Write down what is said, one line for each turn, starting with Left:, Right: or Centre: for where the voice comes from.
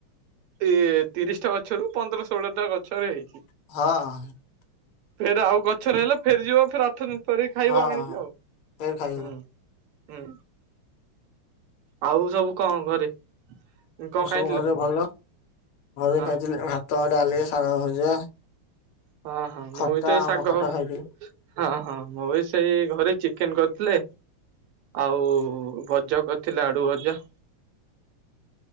Right: ଇ ତିରିଶଟା ଗଛରୁ ପନ୍ଦର ଷୋହଳ ଟା ଗଛରେ ହେଇ
Left: ହଁ।
Right: ଫେରେ ଆଉ ଗଛରେହଲେ ଫେରିଯିବ ଫେରେ ଆଠ ଦିନ ପରେ କରିକି ଖାଇବ
Left: ହଁ
Right: ଆଣିକି ଆଉ
Left: ଫେର ଖାଇବୁ
Right: ହୁଁ। ହୁଁ। ଆଉ ସବୁ କଣ ଘରେ? କଣ
Left: ମୁଁ ସବୁ
Right: ଖାଇଥିଲ
Left: ଘରେ ଭଲ ଘରେ
Right: ହଁ
Left: ଖାଇଥିଲି ଭାତ, ଡାଲି, ସାଗ ଭଜା।
Right: ହଁ ହଁ ମୁଁ
Left: ଖଟା
Right: ବି ତ ଏଇ
Left: ଆମ୍ବ
Right: ଶାଗ
Left: ଖଟା ଖାଇଥିଲି
Right: ହଁ ହଁ ମୁଁ ବି ସେଇ ଘରେ ଚିକେନ କରି ଥିଲେ ଆଉ ଭଜା କରିଥିଲେ ଆଡୁ ଭଜା। <inaudible>